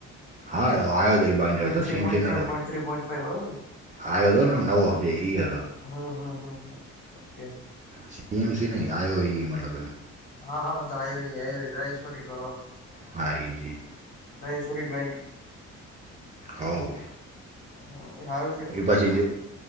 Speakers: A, on the right (about 25°); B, on the left (about 25°).
A: હા આયો તો એ બાઈન્ડર
B: થ્રી
A: સેમસીનો
B: પોઈન્ટ Five
A: હતો.
B: point three point five બરાબર
A: આયો તો ને નવો ઈ હતો.
B: હ હ હ હ. ઓકે
A: સી એમ સી નહી આયો એ મતલબ
B: હા હા મતલબ આયો એ આયો એ ડ્રાય સોલિડવાળો
A: હા, એજ એજ
B: આયસોલીટ બેન્ડ
A: હવ
B: હા <unintelligible>
A: એ પછી